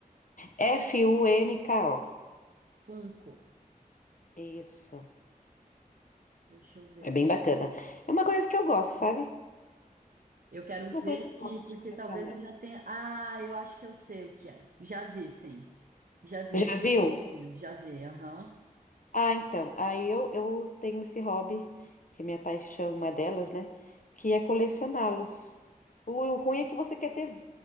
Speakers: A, on the left; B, on the right.
A: F-U-N-K-O.
B: Funko.
A: Isso.
B: Deixa eu ver
A: É
B: aqui.
A: bem bacana. É uma coisa que eu gosto, sabe?
B: Eu quero ver
A: Uma coisa que
B: aqui,
A: eu gosto
B: porque
A: de colecionar.
B: talvez eu já tenha. Ah, eu acho que eu sei o que é. Já vi, sim. Já vi
A: Já
B: esses
A: viu?
B: funkinhos, já vi, aham.
A: Ah, então. Aí eu, eu tenho esse hobby, que é minha paixão, uma delas, né? Que é colecioná-los. O, o ruim é que você quer ter